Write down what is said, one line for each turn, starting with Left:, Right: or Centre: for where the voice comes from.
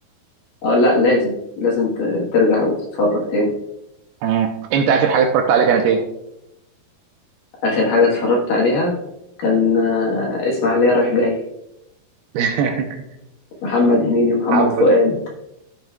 Left: اه لا لازم لازم ت- ترجع وتتفرج تاني
Right: آه. انت اخر حاجه اتفرجت عليها كانت ايه
Left: اخر حاجه اتفرجت عليها كان آه، اسماعيليه رايح جاي
Right: <laughs>
Left: محمد هنيدي ومحمد
Right: محمد
Left: فؤاد